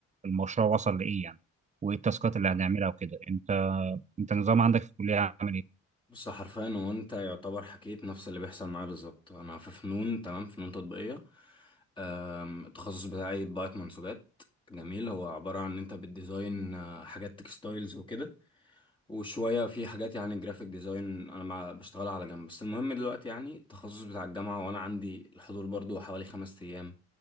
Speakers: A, on the right; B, on the left.
A: المشروع وصل لايه يعني وايه التاسكات اللي هنعملها وكده انت انت النظام عندك في الكليه عامل ايه
B: بص حرفيا هو انت يعتبر حكيت نفس اللي بيحصل معايا بالظبط انا في فنون تمام فنون تطبيقيه أم، التخصص بتاعي بضاعه منسوجات جميل هو عباره عن ان انت بتديزاين آه، حاجات تكستايلز وكده وشوية في حاجات يعني جرافيك ديزاين أنا مع بشتغلها على جنب بس المهم دلوقتي يعني التخصص بتاع الجامعة وأنا عندي الحضور برضو حوالي خمس أيام